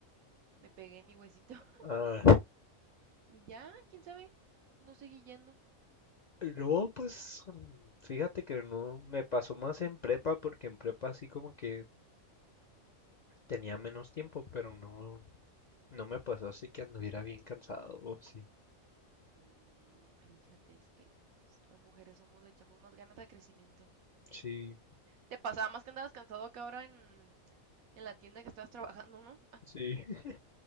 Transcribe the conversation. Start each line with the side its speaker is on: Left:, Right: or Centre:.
Right: me pegué en mi huesito. <laughs>
Left: Ah,
Right: Y ya, quién sabe, no seguí yendo.
Left: no, pues mm, fíjate que no, me pasó más en prepa porque en prepa así como que tenía menos tiempo, pero no, no me pasó así que anduviera bien cansado, o sí.
Right: Mm, fíjate, es que las mujeres somos, le echamos más ganas al crecimiento.
Left: Sí,
Right: Te pasaba más que andabas cansado que ahora en, en la tienda que estabas trabajando, ¿no?
Left: sí, <laughs>